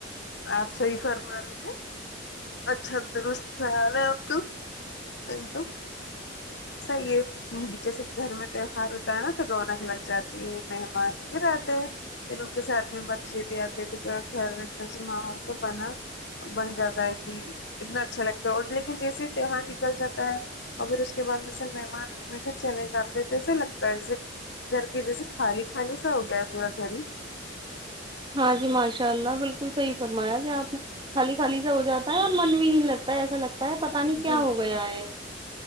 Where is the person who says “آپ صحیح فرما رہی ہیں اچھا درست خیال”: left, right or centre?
Left